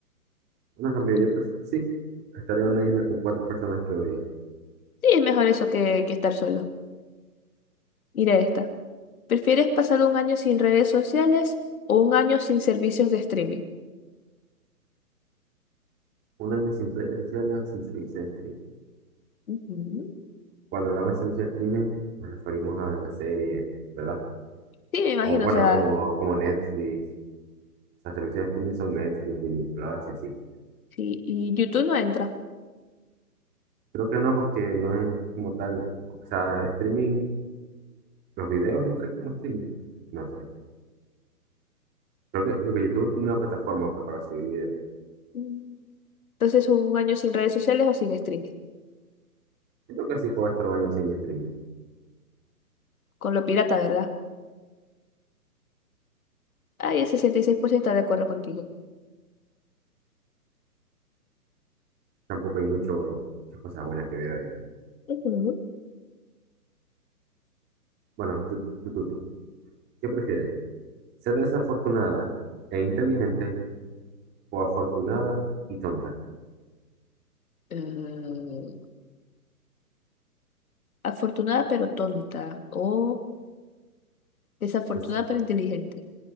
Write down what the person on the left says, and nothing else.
Mm.
Sí, es mejor eso que, que estar solo. Mira esta. ¿Prefieres pasar un año sin redes sociales o un año sin servicios de streaming?
Ujú.
Sí, me imagino,
o sea,
sí, y YouTube no entra.
Mm. Entonces, un año sin redes sociales o sin streaming.
Con lo pirata, ¿verdad? Ay, el sesenta y seis por ciento está de acuerdo contigo.
Ujú.
Eh, afortunada pero tonta. O Desafortunada
pero inteligente.